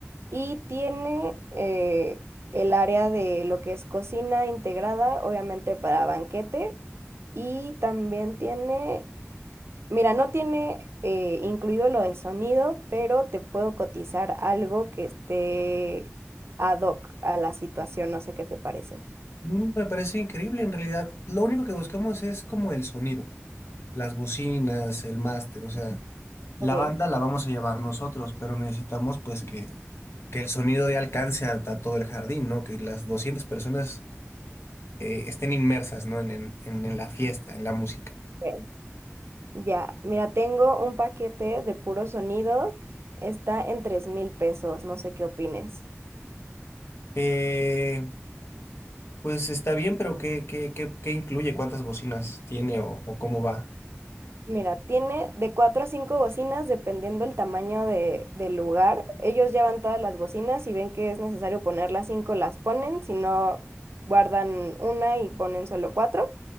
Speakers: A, on the right; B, on the left.
A: y tiene eh, el área de lo que es cocina integrada, obviamente para banquete y también tiene... Mira, no tiene eh, incluido lo de sonido, pero te puedo cotizar algo que esté ad hoc a la situación, no sé qué te parece.
B: Mm, Me parece increíble, en realidad. Lo único que buscamos es como el sonido, las bocinas, el máster, o sea, la
A: Ok,
B: banda la vamos a llevar nosotros, pero necesitamos pues que, que el sonido dé alcance a, a todo el jardín, ¿no? Que las 200 personas eh, estén inmersas, ¿no? En, en, en- en la fiesta, en la música.
A: ok, ya, mira, tengo un paquete de puro sonido, está en tres mil pesos, no sé qué opines.
B: Eh, Pues está bien, pero ¿qué, qué, qué, qué incluye? ¿Cuántas bocinas tiene o, o cómo va?
A: Mira, tiene de cuatro a cinco bocinas dependiendo el tamaño de, del lugar. Ellos llevan todas las bocinas y ven que es necesario poner las cinco, las ponen, si no, guardan una y ponen solo cuatro.